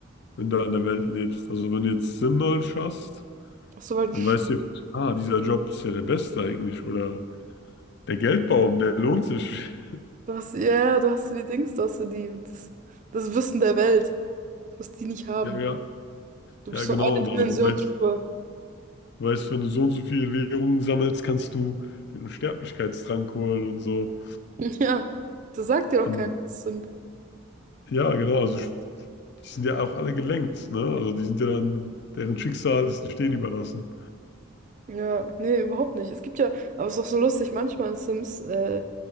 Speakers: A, on the left; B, on the right.
A: wenn du an der Welt lebst. Also, wenn du jetzt Sim-Knowledge hast,
B: Ach so, weil
A: dann weißt du, ah, dieser Job ist ja der beste eigentlich. Oder der Geldbaum, der lohnt sich. <laughs>
B: du hast, ja, ja, du hast so die Dings, du hast so die, das, das Wissen der Welt, was die nicht haben.
A: Ja, ja,
B: Du
A: ja,
B: bist
A: genau.
B: so eine
A: Oder
B: Dimension
A: du weißt,
B: drüber. <laughs>
A: du weißt, wenn du so und so viele Währungen sammelst, kannst du den Unsterblichkeitstrank holen und so.
B: Ja, das sagt dir doch
A: Und
B: keiner. Das sind-
A: ja, genau. Also, ich, die sind ja auch alle gelenkt, ne? Also die sind ja dann, deren Schicksal ist den Stehen überlassen.
B: Ja, nee, überhaupt nicht. Es gibt ja, aber es ist doch so lustig manchmal in Sims, äh,